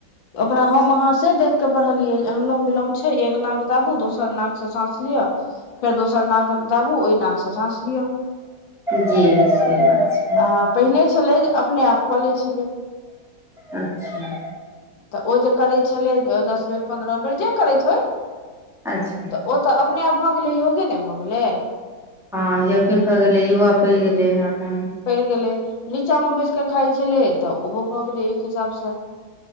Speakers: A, on the left; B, in the centre.
A: ओकरा हम अहाँ से देख कऽ पढ़लियै जे अनुलोम विलोम छै एक नग दाबू दोसर नाक से साँस लियअ फेर दोसर नाक दाबू ओहि नाक से साँस लियअ
B: जी सही बात छै <unintelligible>
A: आ पहिने छलै अपने आप कऽ लै छलै
B: अच्छा
A: तऽ ओ जे करैत छलै दस बेर पन्द्रह बेर जे करैत होइ
B: अच्छा
A: तऽ ओ तऽ अपने आब भऽ गेलै योगे ने भऽ गेलै
B: हँ यग्यो भए गेलै युवा पड़ गेलै आग
A: पड़ि गेलै नीचामे बैस कऽ खाई छलै तऽ ओहो भऽ गेलै एक हिसाबसँ